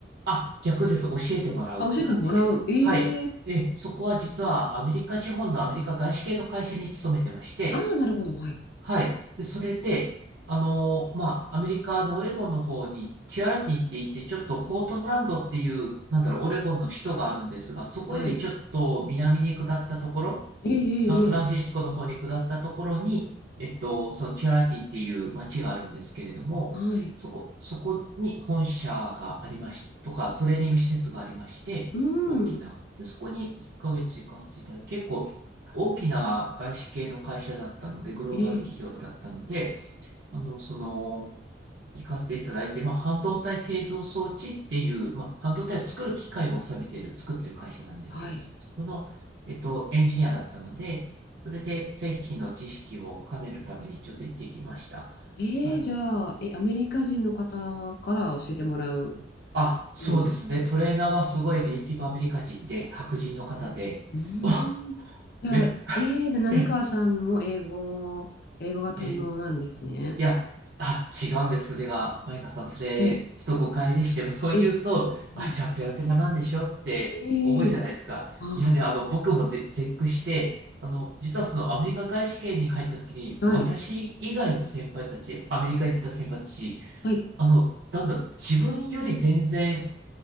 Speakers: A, on the right; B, on the left.
A: あ、逆です。教えてもらうって感じです。
B: あ、教えてもらう。ええ、
A: はい。え、そこは実はアメリカ資本のアメリカ外資系の会社に勤めてまして、
B: ああ、なるほど、はい。
A: はい。で、それで、あのーまあ、アメリカのオレゴンの方に、キュアラティンって言って、ちょっとポートランドっていう、なんだろう、オレゴンの首都があるんですが、そこよりちょっと南に下ったところ、
B: はい。ええ、ええ、
A: サンフランシスコの方に下ったところに、
B: ええ
A: えっと、そのキュアラティンっていう街があるんですけれども、
B: はい。
A: そこ、そこに本社がありまし、とか、トレーニング施設がありまして、
B: うん。
A: 大きな。で、そこに1ヶ月行かせていただいて、結構大きな外資系の会社だったので、グローバル企業だったので、
B: ええ、
A: あの、その、行かせていただいて、まあ、半導体製造装置っていう、まあ、半導体を作る機械を収めてる、作ってる会社なんですけど、
B: はい。
A: そこの、えっと、エンジニアだったので、それで製品の知識を深めるためにちょっと行ってきました。
B: ええ、
A: はい。
B: じゃあ、え、アメリカ人の方から教えてもらう
A: あ、そうですね。
B: ような。
A: トレーナーはすごいネイティブアメリカ人で、白人の方で、
B: うー
A: お
B: ん。じゃあ、
A: め、
B: ええ、じゃあ、滑川さんも英語、
A: え、
B: 英語が堪能なんですね。
A: えいや、あ、違うんです、それが。マイカさん、それ、
B: え、
A: ちょっと誤解でして、もうそう言うと、
B: え、
A: あ、
B: うん。
A: じゃあペラペラなんでしょって思うじゃないですか。
B: ええ、はい。
A: いや、で、あの、僕もぜ、絶句して、あの、実はそのアメリカ外資圏に入った時に、
B: はい。
A: 私以外の先輩たち、アメリカに出た先輩たち、
B: はい。
A: あの、なんだろう、自分より全然